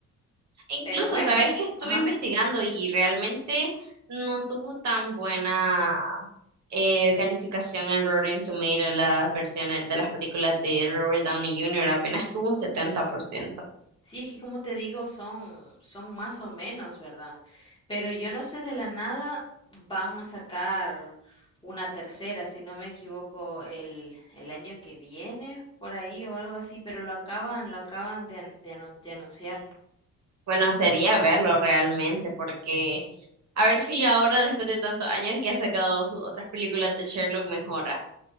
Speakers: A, on the right (about 60°); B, on the left (about 15°).
A: E Incluso,
B: Pero bueno,
A: sabes que estuve
B: ajá.
A: investigando y realmente no tuvo tan buena eh, calificación en Rotten Tomatoes las versiones de las películas de Robert Downey Jr. Apenas tuvo un setenta por ciento
B: Sí, es que como te digo, son, son más o menos, ¿verdad? Pero yo no sé de la nada, van a sacar una tercera, si no me equivoco, el, el año que viene, por ahí o algo así, pero lo acaban, lo acaban de, an- de anun- de anunciar.
A: Bueno, sería verlo realmente porque a ver si ahora, después de tantos años que ha sacado sus otras películas de Sherlock, mejora.